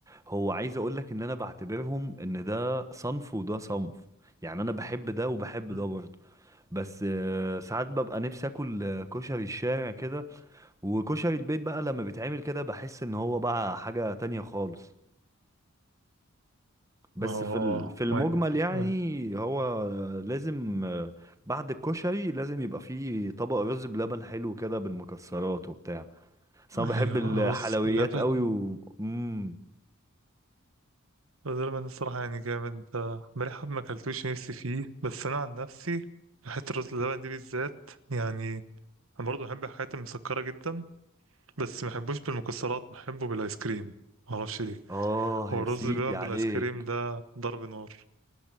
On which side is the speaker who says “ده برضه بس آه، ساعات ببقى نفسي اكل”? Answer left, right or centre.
Right